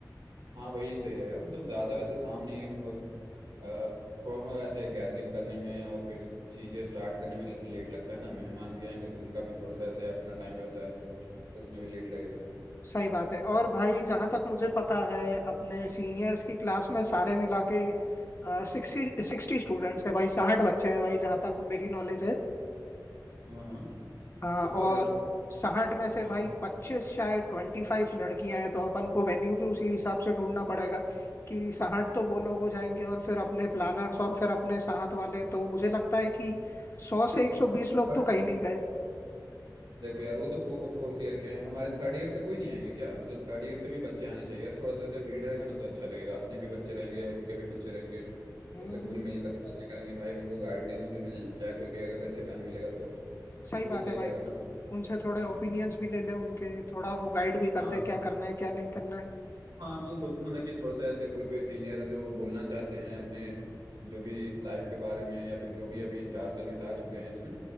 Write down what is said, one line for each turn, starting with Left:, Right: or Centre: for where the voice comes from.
Right: हाँ वही सही रहेगा मतलब ज़्यादा वैसे शाम नहीं और अ, थोड़ा मोड़ा ऐसे गैदरिंग करने में और फिर चीज़ें स्टार्ट करने में लेट लगता है ना मेहमान भी आएंगे तो उनका भी थोड़ा सा ऐसे अपना टाइम रहता है तो उसमें भी लेट लगेगा
Left: सही बात है और भाई जहाँ तक मुझे पता है अपने सीनियर्स की क्लास में सारे मिला के सिक्सटी सिक्सटी स्टूडेंट्स हैं भाई साठ बच्चे हैं भाई जहाँ तक मेरी नॉलेज है
Right: हाँ हाँ
Left: अ, और
Right: तो फिर
Left: साठ में से
Right: हाँ
Left: भाई पच्चीस शायद ट्वेंटी फाइव लड़कियां हैं तो अपन को वेन्यू भी उसी हिसाब से ढूंढना पड़ेगा कि साठ तो वो लोग हो जाएंगे और फिर अपने प्लानर्स और फिर अपने साथ वाले तो मुझे लगता है कि सौ से एक सौ बीस लोग
Right: पर
Left: तो कहीं नहीं गए
Right: देखो यार वो तो फो, फोर्थ ईयर के हैं हमारे थर्ड ईयर से कोई नहीं आएंगे क्या मतलब थर्ड ईयर से भी बच्चे आने चाहिए यार थोड़ा सा ऐसे भीड़ रहेगा ना तो अच्छा लगेगा अपने भी बच्चे रहेंगे और उनके भी बच्चे रहेंगे तो
Left: हम्म
Right: ऐसे घुल मिल कर बातें करेंगे भाई उनको गाइडेंस भी मिल जाए कोई भी अगर ऐसे टाइम मिलेगा तो
Left: सही
Right: वो
Left: बात
Right: भी सही
Left: है भाई
Right: रहेगा ना
Left: उनसे थोड़े
Right: हाँ
Left: ओपिनियंस भी ले ले उनके थोड़ा वो गाइड भी कर
Right: हाँ
Left: दे क्या करना है क्या नहीं करना है
Right: हाँ मैं सोचूंगा ना कि थोड़ा सा ऐसे कोई कोई सीनियर जो बोलना चाहते हैं अपने जो भी लाइफ के बारे में या फिर जो भी अभी चार साल बिता चुके हैं इसमें